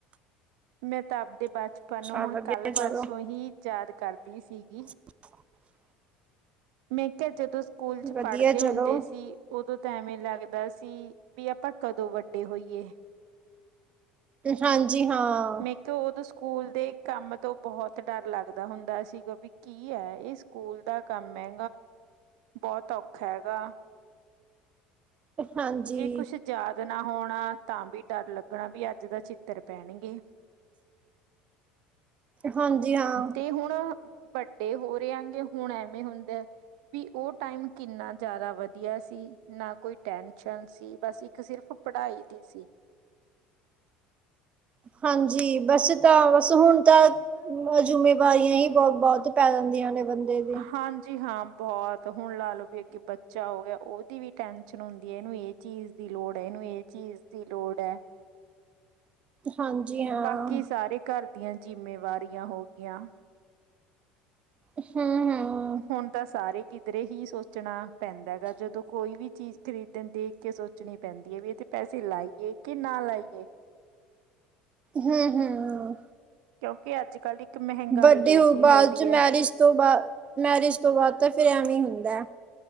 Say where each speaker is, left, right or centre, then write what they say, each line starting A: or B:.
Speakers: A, on the right (about 80°); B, on the right (about 30°).
A: ਮੈਂ ਤਾਂ ਆਪਦੇ ਬਚਪਨ
B: ਅੱਛਾ
A: ਨੂੰ ਹੁਣ
B: ਵਧੀਆ
A: ਕੱਲ੍ਹ
B: ਚਲੋ
A: ਪਰਸੋਂ ਹੀ ਕਰਦੀ ਸੀਗੀ।
B: <unintelligible>
A: ਮੈਂ ਕਿਹਾ ਜਦੋਂ ਸਕੂਲ ਚ
B: ਵਧੀਆ
A: ਪੜ੍ਹਦੇ
B: ਚਲੋ
A: ਹੁੰਦੇ ਸੀ ਉ- ਦੋਂ ਤਾਂ ਐਵੇਂ ਲੱਗਦਾ ਸੀ ਵੀ ਆਪਾਂ ਕਦੋਂ ਵੱਡੇ ਹੋਈਏ।
B: ਹਾਂਜੀ ਹਾਂ।
A: ਮੇ ਕਿਹਾ ਉਹਦੋ ਸਕੂਲ ਦੇ ਕੰਮ ਤੋਂ ਬਹੁਤ ਡਰ ਲੱਗਦਾ ਹੁੰਦਾ ਸੀਗਾ ਵੀ ਕੀ ਐ, ਇਹ ਸਕੂਲ ਦਾ ਕੰਮ ਐ। ਬਹੁਤ ਔਖਾ ਹੈਗਾ।
B: ਹਾਂਜੀ
A: ਜੇ ਕੁਛ ਯਾਦ ਨਾ ਹੋਣਾ ਤਾਂ ਵੀ ਡਰ ਲੱਗਣਾ ਵੀ ਅੱਜ ਦਾ ਛਿੱਤਰ ਪੈਣਗੇ।
B: ਹਾਂਜੀ ਹਾਂ
A: ਤੇ ਹੁਣ ਵੱਡੇ ਹੋ ਰਹੇ ਆਗੇ ਹੁਣ ਐਵੇਂ ਹੁੰਦਾ। ਵੀ ਉਹ ਟਾਈਮ ਕਿੰਨਾ ਜ਼ਿਆਦਾ ਵਧੀਆ ਸੀ ਨਾ ਕੋਈ ਟੈਨ- ਸ਼ਨ ਸੀ ਬਸ ਇੱਕ ਸਿਰਫ ਪੜ੍ਹਾਈ ਦੀ ਸੀ।
B: ਹਾਂਜੀ ਬਸ ਤਾਂ ਬਸ ਹੁਣ ਤਾਂ ਜਿੰਮੇਵਾਰੀਆਂ ਹੀ ਬਹੁਤ ਪੈ ਜਾਂਦੀਆਂ ਬੰਦੇ ਤੇ।
A: ਹਾਂਜੀ ਹਾਂ ਬਹੁਤ ਹੁਣ ਲਾ ਲਓ ਵੀ ਅੱਗੇ ਬੱਚਾ ਹੋ ਗਿਆ ਉਹਦੀ ਵੀ ਹੁੰਦੀ ਹੈ ਇਹਨੂੰ ਏਜ ਚੀਜ਼ ਦੀ ਲੋੜ ਐ, ਇਹਨੂੰ ਇਹ ਚੀਜ਼ ਦੀ ਲੋੜ ਐ।
B: ਹਾਂਜੀ। ਹਾਂ
A: ਬਾਕੀ ਸਾਰੇ ਘਰ ਦੀਆਂ ਜਿੰਮੇਵਾਰੀਆਂ ਹੋਗੀਆਂ।
B: ਹਮ-ਹਮ।
A: ਹੁਣ ਤਾਂ ਸਾਰੇ ਕਿਧਰੇ ਹੀ ਸੋਚਣਾ ਪੈਂਦਾ ਗਾ ਜਦੋਂ ਕੋਈ ਚੀਜ਼ ਖਰੀਦਣ ਦੇਖ ਕੇ ਸੋਚਣੀ ਪੈਂਦੀ ਹੈ, ਵੀ ਇੱਥੇ ਪੈਸੇ ਲਾਈਏ ਕਿ ਨਾ ਲਾਈਏ।
B: ਹਮ-ਹਮਮ।
A: ਕਿਉਂਕਿ ਅੱਜ -ਕੱਲ੍ਹ ਇੱਕ ਮਹਿੰਗਾਈ
B: ਵੱਡੇ
A: ਇੰਨੀ
B: ਹੋਣ ਬਾਅਦ
A: ਹੋ ਰਹੀ
B: 'ਚ
A: ਹੈ।
B: ਮੈਰਿਜ ਤੋਂ ਬਾ ਮੈਰਿਜ ਤੋਂ ਬਾਅਦ ਤਾਂ ਫਿਰ ਐਵੇਂ ਹੁੰਦਾ ਐ।